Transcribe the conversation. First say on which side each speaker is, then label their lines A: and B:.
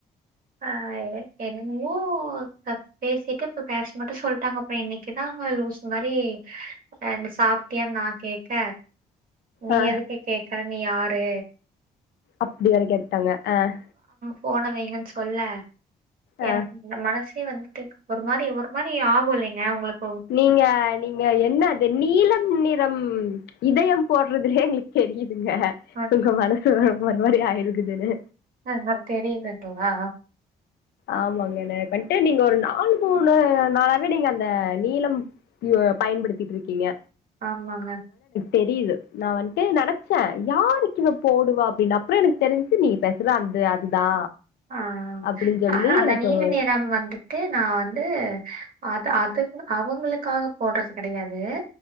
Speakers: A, on the right; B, on the left.
A: ஆஹ் ஏ எனக் ஓ க பேசிட்டு இப்ப பேச மாட்டே சொல்ட்டாங்க அப்பற இன்னைக்குதாங்க லூஸ் மாதிரி் சாப்ட்டியா நா கேக்க நீ
B: ஆ
A: எதுக்கு கேக்க கழனி ஆறு
B: அப்டியானு கேட்டங்க ஆஹ்
A: போன வெய்கண் சொல்லே
B: ஆ
A: எனக் இந் மனசு எ வந்துடு ஒரு மாரி ஒரு மாரி ஆகு இல்லைங்க உங்ளுக்
B: நீங்க நீங்க என்ன அது நீளம் நிறம் இதயம் போடுறதுலே எங்ளுக் தெரியு ங்க
A: அ
B: உங்க மனசு ஒரு மாரி ஆயிரு க்குதுனு
A: ஆஹ்ஹ் தெரியுது இப்போதா
B: ஆமாங்க எனய கண்ட்டு நீங்க ஒரு நா ஆாலு மூணு நாளாவே நீங்க அந்த நீளம் பயன்படுத்திட்ருக்கீங்க
A: ஆமாங்க
B: தெரிய்து நா வந்ட்டு நெனச்ச யாருக்கிவ போடுவா அப்டினு அப்றொ எனக்கு தெரிஞ்சு நீ பேசுற அந்த அதுதா
A: ஆஹ்
B: அப்டின்னு சொல்லி
A: அத அந்த
B: எனக்கு
A: நீல நிற வந்துட்டு நா வந்து அது அது அவங்களுகாக போடுறது கெடயாது